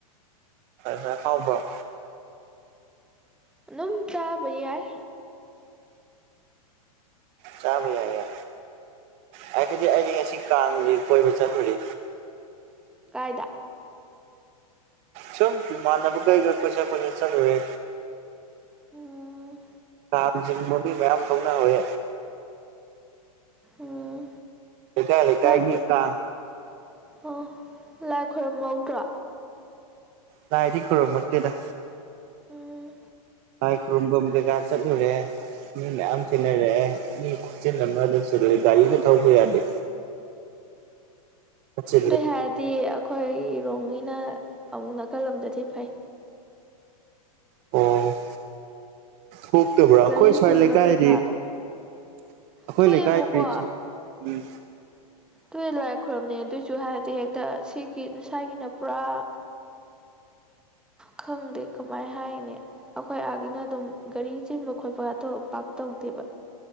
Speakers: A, on the right (about 35°); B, in the centre.
A: ꯈꯔ ꯍꯥꯎꯕꯔꯣ
B: ꯑꯗꯨꯝ ꯆꯥꯕ ꯌꯥꯢ
A: ꯆꯥꯕ ꯌꯥꯢꯌꯦ ꯍꯥꯏꯕꯗꯤ ꯑꯩꯗꯤ ꯉꯁꯤ ꯀꯥꯡꯒꯤ ꯀꯣꯏꯕ ꯆꯠꯂꯨꯔꯦ
B: ꯀꯥꯏꯗ
A: ꯁꯨꯝ ꯏꯃꯥꯟꯅꯕ ꯀꯩ ꯒꯥ ꯀꯣꯢꯆꯠ‌ ꯀꯣꯏꯆꯠ ꯆꯠꯂꯨꯔꯦ
B: ꯎꯝ
A: ꯀꯥꯡ ꯆꯤꯡꯕ ꯃꯤ ꯃꯌꯥꯝ ꯊꯣꯛꯅꯍꯧꯋꯦ
B: ꯎꯝ
A: ꯂꯩꯀꯥꯢ ꯂꯩꯀꯥꯏꯒꯤ
B: ꯂꯥꯏ ꯈꯨꯔꯨꯝ
A: ꯀꯥꯡ
B: ꯑꯣ ꯂꯥꯏ ꯈꯣꯏꯔꯝꯍꯧꯗ꯭ꯔꯣ
A: ꯂꯥꯢꯗꯤ ꯈꯔꯨꯝꯃꯛꯇꯦꯗ
B: ꯎꯝ
A: ꯂꯥꯥꯏ ꯈꯨꯔꯨꯝꯕꯝ ꯀꯩꯀꯥ ꯆꯠꯂꯨꯔꯦ ꯃꯤ ꯃꯌꯥꯝ ꯊꯦꯡꯅꯔꯛꯑꯦ ꯃꯤ ꯈꯨꯆꯤꯟ ꯑꯃ ꯆꯤꯂꯦ ꯒꯥꯔꯤꯒ ꯊꯧꯕ ꯌꯥꯗꯦ ꯆꯤꯜꯂꯦ
B: ꯑꯗꯨꯏ ꯍꯥꯏꯔꯗꯤ ꯑꯩꯈꯣꯏ ꯔꯣꯡꯒꯤꯅ ꯑꯃꯨꯛ ꯅꯥꯀꯜ ꯑꯝꯗꯗꯤ ꯐꯩ
A: ꯑꯣ ꯄꯣꯛꯇꯕ꯭ꯔꯥ ꯑꯩꯈꯣꯏ
B: ꯒꯥꯔꯤ
A: ꯁ꯭ꯋꯥꯏ
B: ꯆꯤꯟꯕ
A: ꯂꯩꯀꯥꯏꯗꯤ
B: ꯀꯩꯀꯥꯗꯣ
A: ꯑꯩꯈꯣꯏ
B: ꯊꯣꯛꯑꯦꯕꯀꯣ
A: ꯂꯩꯀꯥꯏꯗꯁꯨ ꯎꯝ
B: ꯇꯨ ꯂꯥꯏ ꯈꯣꯏꯔꯝꯅꯩ ꯑꯗꯨꯑꯣꯏꯁꯨ ꯍꯥꯏꯔꯗꯤ ꯍꯦꯛꯇ ꯁꯤꯒꯤ ꯁꯥꯏꯒꯤꯅ ꯄꯨꯔꯥ ꯈꯪꯗꯦ ꯀꯃꯥꯏ ꯍꯥꯏꯅꯤ ꯑꯩꯈꯣꯏ ꯑꯥꯒꯤꯅ ꯑꯗꯨꯝ ꯒꯥꯔꯤ ꯆꯤꯟꯕ ꯈꯣꯠꯄꯒꯇꯣ ꯄꯥꯛ ꯇꯧꯗꯦꯕ